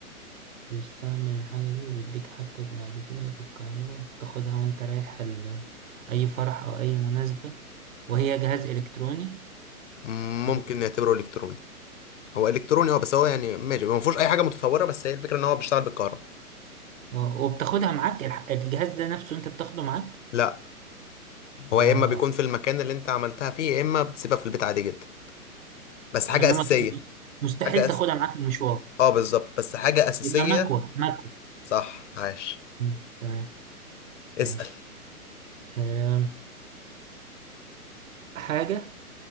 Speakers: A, on the right (about 60°); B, on the left (about 55°).
A: بيستعمل الحاجة دي ويديك حاجتك بعد كده وبالكهرباء وتاخدها وانت رايح ال... أي فرح أو أي مناسبة وهي جهاز إلكتروني
B: مم، ممكن
A: مم.
B: نعتبره الكتروني هو الكتروني هو بس هو يعني ماشي ما فيهوش اي حاجة متطورة بس هي الفكرة ان هو بيشتغل بالكهرباء
A: اه وبتاخدها معاك الح- الجهاز ده نفسه انت بتاخده معاك
B: لا هو
A: اه
B: يا اما بيكون في المكان اللي انت عملتها فيه يا اما بتسيبها في البيت عادي جدا بس حاجة
A: انما
B: أساسية
A: مستحيل
B: حاجة أس...
A: تاخدها معاك المشوار
B: اه بالظبط بس حاجة أساسية
A: يبقى مكوة مكوة
B: صح عاش
A: مم. تمام
B: اسأل.
A: ماشي آم، حاجة